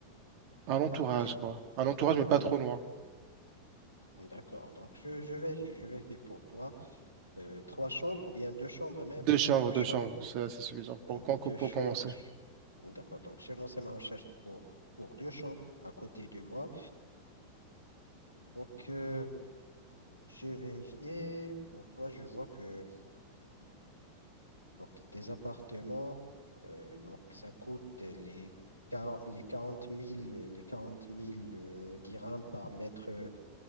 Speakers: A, on the right; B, on the left.
A: Un entourage,
B: à côté,
A: quoi. Un entourage,
B: à
A: mais
B: l'en-
A: pas trop loin.
B: D'accord. Donc, je, je vérifie, je vérifie pour toi. Euh, trois chambres ou bien deux chambres même.
A: Deux chambres,
B: Deux
A: deux
B: chambres.
A: chambres, c'est assez suffisant pour,
B: Euh,
A: com-
B: deux
A: pour
B: chambres.
A: commencer.
B: je- D'accord. Donc, j'ai lancé ma recherche pour, pour deux chambres à côté de moi. Donc, euh, je vérifiais. Pour toi, je vois que donc, tes appartements, euh, donc, ça coûte les, quar- les quarante mille les quarante mille euh, dirhams par mètre,